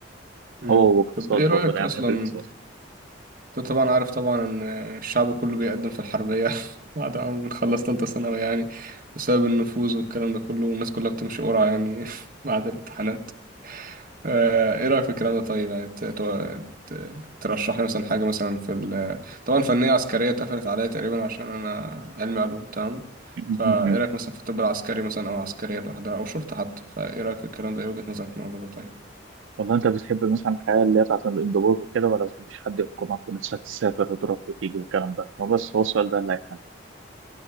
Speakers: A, on the right (about 45°); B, on the right (about 80°).
A: مم.
B: هو واقتصاد
A: طب إيه
B: برضه
A: رأيك
B: لأن
A: أصلا
B: أنا بحب الاقتصاد
A: أنت طبعا عارف طبعا إن الشعب كله بيقدم في الحربية <laughs> بعد ما بنخلص تالتة ثانوي يعني بسبب النفوذ والكلام ده كله والناس كلها بتمشي قرعة يعني <laughs> بعد الامتحانات آه، ايه رأيك في الكلام ده طيب يعني ت- ت- ت- ترشح لي مثلا حاجة مثلا في ال طبعا فنية عسكرية اتقفلت عليا تقريبا عشان انا علمي علوم تمام
B: <laughs>
A: فايه رأيك مثلا في الطب العسكري مثلا او عسكرية لوحدها او شرطة حتى فايه رأيك في الكلام ده ايه وجهة نظرك في الموضوع ده طيب
B: والله أنت بتحب مثلا الحياة اللي هي بتاعت الانضباط وكده ولا بتحبش حد يحكمك ونفسك تسافر وتروح وتيجي والكلام ده هو بس هو السؤال ده اللي هيحل